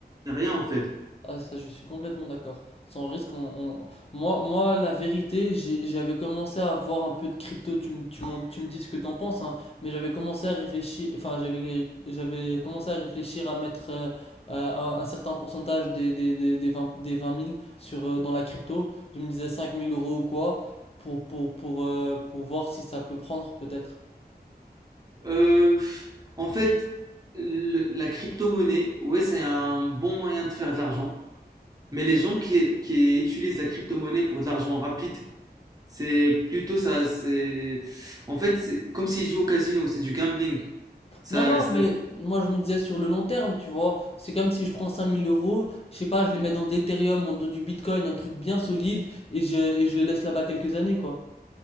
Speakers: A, on the right (about 20°); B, on the left (about 35°).
A: y a rien en fait.
B: Ah ça je suis complètement d'accord. Sans risque, on, on- moi moi la vérité, j'ai- j'avais commencé à avoir un peu de crypto. Tu me tu m'en- tu me dis ce que t'en penses, hein, mais j'avais commencé à réfléchir, enfin j'avais j'avais commencé à réfléchir à mettre euh, euh, un, un certain pourcentage des des des des 20, des 20 000 sur euh, dans la crypto. Je me disais 5 000 euros ou quoi pour pour pour euh, pour voir si ça peut prendre peut-être.
A: Euh, en fait, le- la crypto-monnaie, ouais, c'est un bon moyen de faire de l'argent. Mais les gens qui, qui utilisent la crypto-monnaie pour de l'argent rapide, c'est plutôt ça, c'est... En fait, c'est comme s'ils jouent au casino, c'est du gambling. Ça,
B: Non, non,
A: ça,
B: mais moi je me disais sur le long terme, tu vois, c'est comme si je prends 5000 euros, je sais pas, je les mets dans de l'Ethereum, en dans du Bitcoin, un truc bien solide, et je, et je le laisse là-bas quelques années, quoi.